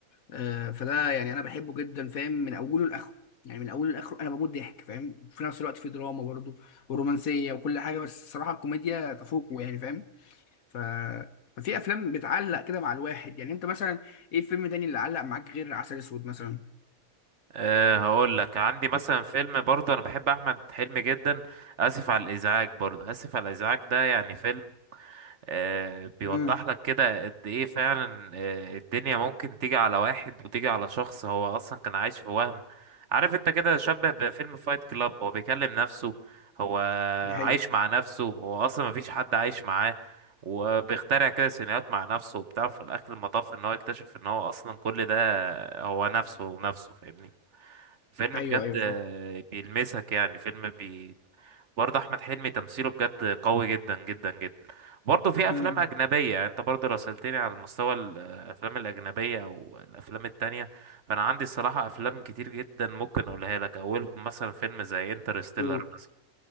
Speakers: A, on the left (about 70°); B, on the right (about 55°).
A: آه، فده يعني انا بحبه جدا فاهم من اوله لاخره يعني من اوله لاخره انا بموت ضحك فاهم وفي نفس الوقت في دراما برضه ورومانسيه وكل حاجه بس الصراحه الكوميديا تفوقه يعني فاهم ف ففي افلام بتعلق كده مع الواحد يعني انت مثلا ايه الفيلم تاني اللي علق معاك غير عسل اسود مثلا
B: أه هقول لك عندي مثلا فيلم برضه انا بحب احمد حلمي جدا اسف على الازعاج برضه اسف على الازعاج ده يعني فيلم آه، بيوضح
A: امم
B: لك كده قد ايه فعلا آه، الدنيا ممكن تيجي على واحد وتيجي على شخص هو اصلا كان عايش في وهم عارف انت كده شبه بفيلم فايت كلاب هو بيكلم نفسه هو
A: دي حقيقه
B: عايش مع نفسه هو اصلا مفيش حد عايش معاه وبيخترع كده سيناريوهات مع نفسه وبتاع في الاخر المطاف ان هو يكتشف ان هو اصلا كل ده هو نفسه ونفسه فاهمني فيلم
A: ايوه
B: بجد
A: ايوه
B: آه،
A: فاهم
B: بيلمسك يعني فيلم برضه احمد حلمي تمثيله بجد قوي جدا جدا جدا برضه في افلام
A: امم
B: اجنبيه يعني انت برضه لو سالتني على مستوى الافلام الاجنبيه او الافلام التانية فانا عندي الصراحه افلام كتير جدا ممكن اقولها لك اولهم مثلا فيلم زي انترستيلر
A: قول
B: مثلا